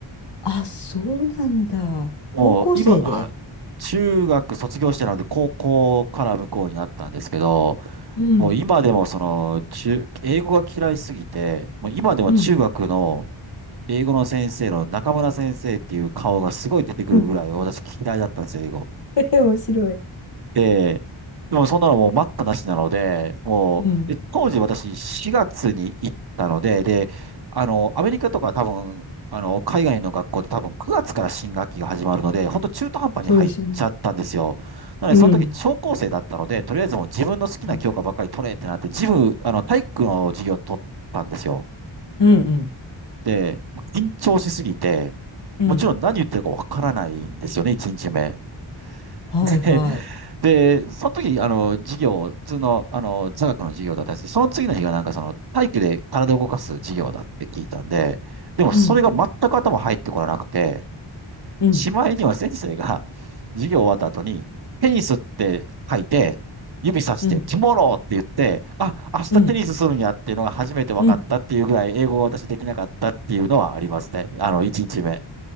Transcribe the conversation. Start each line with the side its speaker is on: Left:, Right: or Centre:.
Left: あ、そうなんだ。
Right: もう今、
Left: 高校生で。
Right: はい中学卒業してなので高校から向こうになったんですけど、
Left: うん。
Right: もう今でもその中、英語が嫌いすぎて、もう今でも中学の
Left: うん。
Right: 英語の先生の中村先生っていう顔がすごい出てくるぐらい私嫌いだったんですよ、
Left: うん。
Right: 英語。
Left: <laughs> 面白い。
Right: で、でもそんなのもう待ったなしなので、もう、
Left: うん。
Right: で当時私4月に行ったので、で、あの、アメリカとか多分、あの、海外の学校って多分9月から新学期が始まるので、本当中途半端に入っちゃったんですよ。
Left: そうですね。
Right: なので、
Left: うん。
Right: その時、超高生だったので、とりあえずもう自分の好きな教科ばっかり取れってなって、
Left: うん。
Right: 自分、あの、体育の授業取ったんですよ。
Left: うん。うん。
Right: で、緊張しすぎて、
Left: うん
Right: もちろん何言ってるかわからないんですよね、1日目。
Left: はいはい。
Right: <laughs> で、その時、あの、授業、普通の、あの、座学の授業だったんですけど、その次の日がなんかその、体育で体を動かす授業だって聞いたんで、でもそれが全く頭入ってこらなくて、
Left: うん。うん。
Right: しまいには先生が、授業終わった後に、テニスって書いて、指さして、
Left: うん。
Right: トゥモローって言って、あ、明日テニスするんやっていうのが初めて分かったっていうぐらい、
Left: うん。うん
Right: 英語を私できなかったっていうのはありますね。あの、1日目。